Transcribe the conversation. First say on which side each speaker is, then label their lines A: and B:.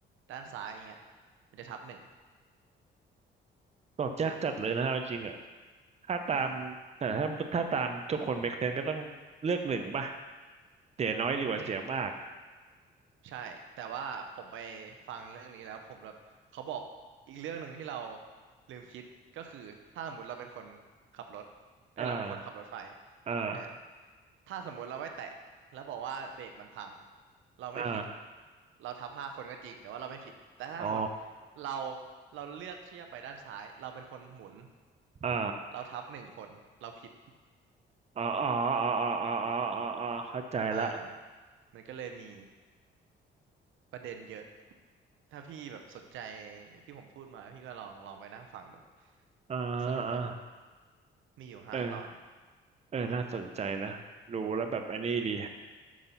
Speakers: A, on the right; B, on the right.
A: ด้านซ้ายอย่างเงี้ยมันจะทับหนึ่ง
B: ตอบยากจัดเลยนะเอาจริงอะ ถ้าตามแต่ถ้าถ้าตามทุกคนเมกเซนก็ต้องเลือกหนึ่งป่ะ
A: อืม
B: เสียน้อยดีกว่าเสียมาก
A: อืม ใช่แต่ว่าผมไปฟังเรื่องนี้แล้วผมแบบเขาบอกอีกเรื่องหนึ่งที่เราลืมคิดก็คือถ้าสมมติเราเป็นคนขับรถเอ้ยเราเป็นคนขับรถไฟ
B: อ่าอ่า
A: เออถ้าสมมุติเราไม่แตะแล้วบอกว่าเบรกมันพังเราไม่ผิด
B: อ่า
A: เราทับห้าคนก็จริงแต่ว่าเราไม่ผิดแต่ถ้าสมมติ
B: อ๋อ
A: เราเราเลือกที่จะไปด้านซ้ายเราเป็นคนหมุน
B: อ่า
A: เราทับหนึ่งคนเราผิด
B: อ๋ออ๋ออ๋ออ๋ออ๋ออ๋ออ๋ออ๋อเข้าใจละ
A: เออมันก็เลยมีประเด็นเยอะ ถ้าพี่แบบสนใจที่ผมพูดมาพี่ก็ลองลองไปนั่งฟังดู
B: อ่า
A: สนุกอยู่
B: อ่า
A: มีอยู่ห้าตอน
B: เออเออน่าสนใจนะรู้แล้วแบบอันนี้ดี
A: อืม